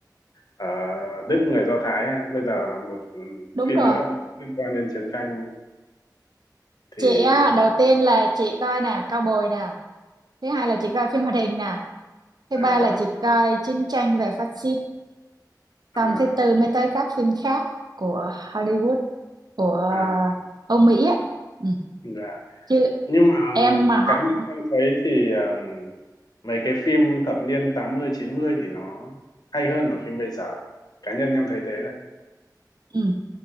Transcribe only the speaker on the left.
ờ, Đức người Do Thái á. Bây giờ là một ừ,
phim
nữa liên quan đến chiến tranh thì
à
vâng.
À,
à,
dạ.
nhưng mà
cá nhân em thấy thì um, mấy cái phim thập niên tám mươi chín mươi thì nó hay hơn là phim bây giờ. Cá nhân em thấy thế đấy.